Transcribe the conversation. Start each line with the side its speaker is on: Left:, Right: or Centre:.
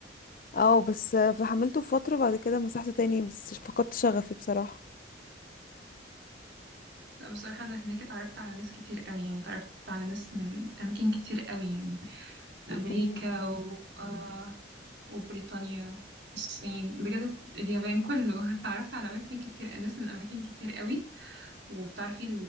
Left: اه بس آه، فحملته فترة بعد كده مسحته تاني بس فقدت شغفي بصراحة
Right: لا بصراحة أنا هناك اتعرفت على ناس كتير قوي يعني اتعرفت على ناس من أماكن كتير قوي يعني أمريكا
Left: مم.
Right: و... آه، وبريطانيا الصين بجد اليابان كله <laughs> اتعرفت على أماكن كتير ناس من أماكن كتير قوي وبتعرفي